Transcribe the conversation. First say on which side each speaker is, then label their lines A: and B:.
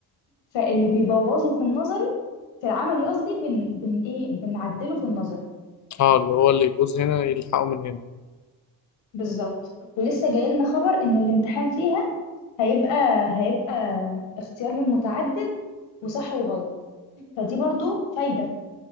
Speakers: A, on the left; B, on the left.
A: فاللي بيبوظه في النظري في العملي قصدي بن, بن ايه بنعدله في النظري
B: اه اللي هو اللي يبوظ هنا يلحقه من هنا
A: بالظبط ولسه جاي لنا خبر ان الامتحان فيها هيبقى هيبقى اختيار من متعدد وصح وغلط فدي برضو فايدة